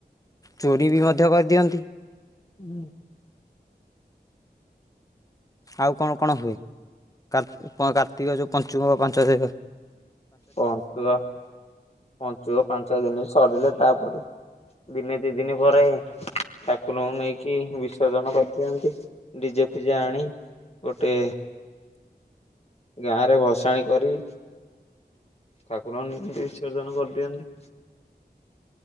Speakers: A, on the left; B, on the left.
A: ଚୋରି ବି ମଧ୍ୟ କରିଦିଅନ୍ତି।
B: ହୁଁ।
A: ଆଉ କଣ କଣ ହୁଏ? କାର୍ତ୍ତି କାର୍ତ୍ତିକ ଯୋଉ ପଞ୍ଚୁକ ପାଞ୍ଚ ଦି
B: ପଞ୍ଚୁକ ପଞ୍ଚୁକ ପାଞ୍ଚ ଦିନି ସରିଲେ ତାପରେ ଦିନେ ଦି ଦିନି ପରେ ଠାକୁରଙ୍କୁ ନେଇକି ବିସର୍ଜନ କରିଦିଅନ୍ତି। ଡିଜେ ଫିଜେ ଆଣି ଗୋଟେ ଗାଁରେ ଭସାଣି କରି ଠାକୁରଙ୍କୁ ନେଇକି ବିସର୍ଜନ କରିଦିଅନ୍ତି।